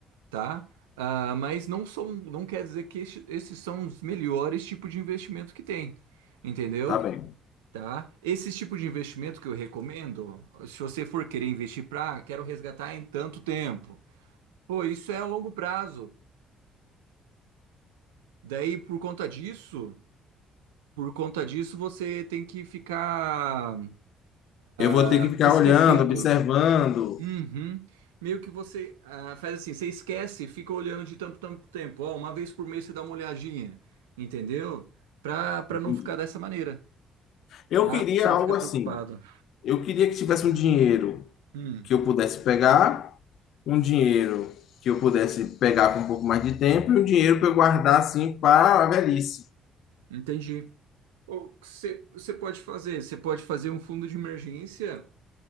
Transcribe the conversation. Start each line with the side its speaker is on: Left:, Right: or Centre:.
Right: tá? Ah, mas não são, não quer dizer que este- esses são os melhores tipos de investimento que tem, entendeu?
Left: Tá bem.
Right: Tá? Esse tipo de investimento que eu recomendo, se você for querer investir para, quero resgatar em tanto tempo. Pô, isso é a longo prazo. Daí, por conta disso. Por conta disso, você tem que ficar
Left: Eu vou
Right: ah,
Left: ter que ficar
Right: esquecendo.
Left: olhando, observando.
Right: Uhum. Meio que você ah, faz assim, você esquece, e fica olhando de tanto, tanto tempo. Ó, uma vez por mês você dá uma olhadinha, entendeu? Pra, pra
Left: Entendi.
Right: não ficar dessa maneira,
Left: Eu
Right: tá?
Left: queria
Right: Pra você
Left: algo
Right: não ficar
Left: assim.
Right: preocupado.
Left: Eu queria que tivesse um dinheiro
Right: Hum,
Left: que eu pudesse pegar um dinheiro que eu pudesse pegar com um pouco mais de tempo e um dinheiro para eu guardar assim para a velhice.
Right: entendi. O que você, você pode fazer? Você pode fazer um fundo de emergência,